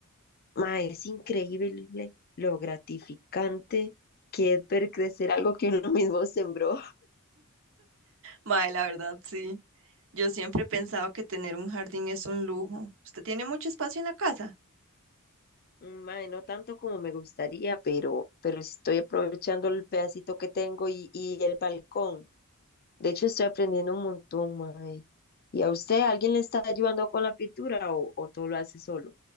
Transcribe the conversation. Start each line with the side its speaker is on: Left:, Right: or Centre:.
Left: mae, es increíble lo gratificante que es ver crecer algo que uno <laughs> mismo sembró.
Right: Mae, la verdad, sí. Yo siempre he pensado que tener un jardín es un lujo. ¿Usted tiene mucho espacio en la casa?
Left: Mae, no tanto como me gustaría, pero, pero sí estoy aprovechando el pedacito que tengo y, y el balcón. De hecho, estoy aprendiendo un montón, mae. ¿Y a usted alguien le está ayudando con la pintura o, o todo lo hace solo,